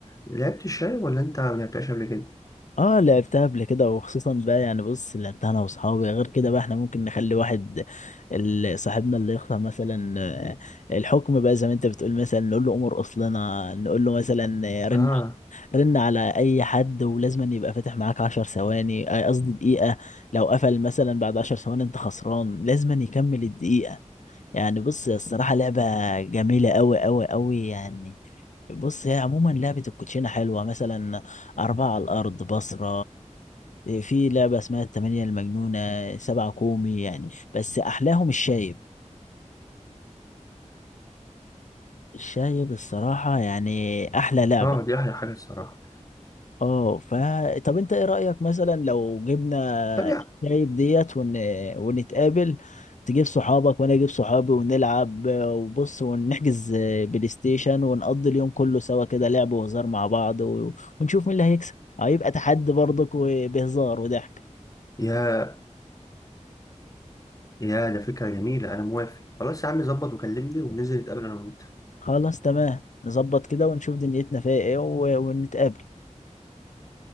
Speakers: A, on the left; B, on the left.
A: لعبت الشاي ولا انت ما لعبتهاش قبل كده؟
B: اه لعبتها قبل كده وخصوصا بقى يعني بص لعبتها انا واصحابي غير كده بقى احنا ممكن نخلي واحد ال- صاحبنا اللي يختار مثلا آه، الحكم بقى زي ما انت بتقول مثلا نقول له امر اصلنا نقول له مثلا آه، رن
A: اه
B: رن على اي حد ولازم أن يبقى فاتح معاك عشر ثواني آه، قصدي دقيقة لو قفل مثلا بعد عشر ثواني انت خسران لازم أن يكمل الدقيقة يعني بص الصراحة لعبة جميلة أوي أوي أوي يعني بص هي عموما لعبة الكوتشينة حلوة مثلا أربعة على الأرض بصرة في لعبة اسمها التمانية المجنونة سبعة كومي يعني بس أحلاهم الشايب الشايب الصراحة يعني أحلى لعبة
A: اه دي احلى حاجه الصراحه
B: اه ف طب انت ايه رأيك مثلا لو جبنا
A: طب يا
B: شايب ديت ون... ونتقابل تجيب صحابك وانا اجيب صحابي ونلعب وبص ونحجز بلاي ستيشن ونقضي اليوم كله سوا كده لعب وهزار مع بعض و... ونشوف مين اللي هيكسب هيبقى تحدي برضك وبهزار وضحك
A: يا يا ده فكره جميله انا موافق خلاص يا عم ظبط وكلمني وننزل نتقابل انا وانت
B: خلاص تمام نظبط كده ونشوف دنيتنا فيها ايه و... ونتقابل